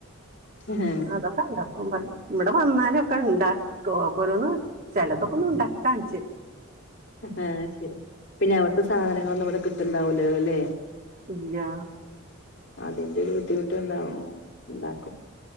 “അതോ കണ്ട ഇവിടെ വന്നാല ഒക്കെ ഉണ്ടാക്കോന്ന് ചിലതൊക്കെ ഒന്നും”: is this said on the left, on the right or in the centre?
Right